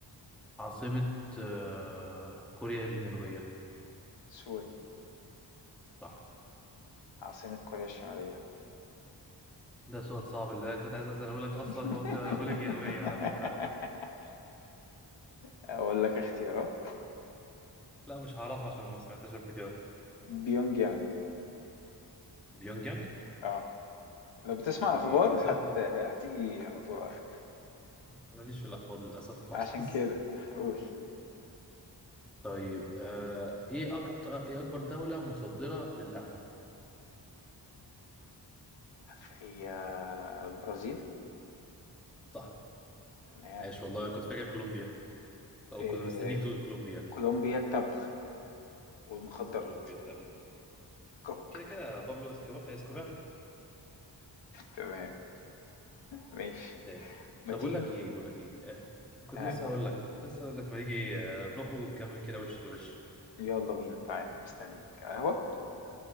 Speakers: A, in the centre; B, on the left.
A: عاصمة آه كوريا الجنوبية
B: سول
A: صح
B: عاصمة كوريا الشمالية
A: ده سؤال صعب اللي أنا كنت عايز أسأله لك أصلا
B: <laughs>
A: هو قلت أقول الجنوبية على فكرة
B: أقول لك اختيارات
A: لا مش هعرفها عشان ما سمعتهاش قبل كده
B: بيونج يانج
A: بيونج يانج
B: اه لو بتسمع
A: اوكي
B: اخبار
A: عاصمة
B: هت... هتيجي على طول على فكرة
A: ماليش في الاخبار للاسف خالص
B: عشان كده قول
A: <laughs> طيب آه ايه اكتر ايه اكبر دولة مصدرة للقهوة
B: هي برازيل
A: صح
B: تمام
A: عايش والله انا كنت فاكر كولومبيا او
B: إيه...
A: كنت مستنيك تقول كولومبيا
B: كولومبيا التبغ والمخدرات
A: طيب كولومبيا ده في الفيلم.
B: كوك
A: كده كده بابلو اسكوب- اسكوبان
B: تمام ماشي
A: تمام.
B: ما
A: طب
B: تيجي
A: اقول لك
B: نش-
A: ايه بقول لك ايه آه كنت
B: آه
A: لسه
B: قول
A: هقول لك كنت لسه هقول لك ما تيجي آه نخرج ونكمل كده وش لوش
B: يلا بينا تعالى مستنيك قهوة